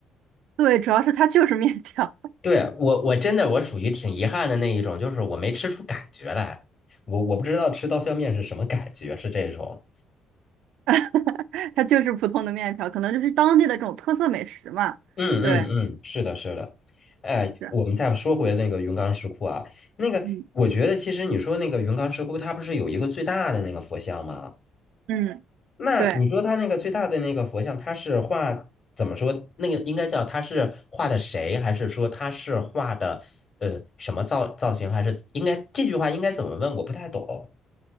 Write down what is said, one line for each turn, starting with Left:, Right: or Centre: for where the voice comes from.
Right: 对，主要是它就是面条，
Left: 对，我我真的我属于挺遗憾的那一种，就是我没吃出感觉来，我我不知道吃刀削面是什么感觉，是这种。
Right: <laughs> 它就是普通的面条，可能就是当地的这种特色美食嘛。
Left: 嗯嗯嗯，
Right: 对，
Left: 是的，是的。哎，
Right: 是，
Left: 我们再说回那个云冈石窟啊，那个我觉得其实你说那个云冈石窟，
Right: 嗯
Left: 它不是有一个最大的那个佛像吗？
Right: 嗯，
Left: 那你说它那个最大的那个佛像，
Right: 对。
Left: 它是画怎么说？那个应该叫它是画的谁，还是说它是画的呃什么造造型，还是应该这句话应该怎么问？我不太懂。